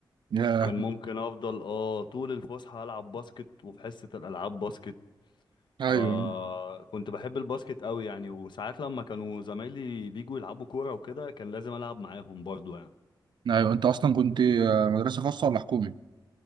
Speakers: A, on the right (about 70°); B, on the left (about 70°).
A: يا
B: وكان ممكن افضل اه طول الفسحة العب باسكت وفي حصة الالعاب باسكت
A: ايوه
B: فكنت بحب الباسكت قوي يعني وساعات لما كانوا زمايلي بيجوا يلعبوا كورة وكده كان لازم ألعب معاهم برضو يعني
A: ايوه انت اصلا كنت آه، مدرسه خاصه ولا حكومي